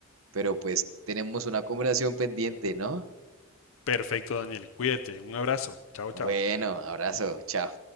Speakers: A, on the right; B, on the left.
A: pero pues tenemos una conversación pendiente, ¿no?
B: Perfecto, Daniel, cuídate, un abrazo, chao,
A: Bueno,
B: chao.
A: abrazo, chao.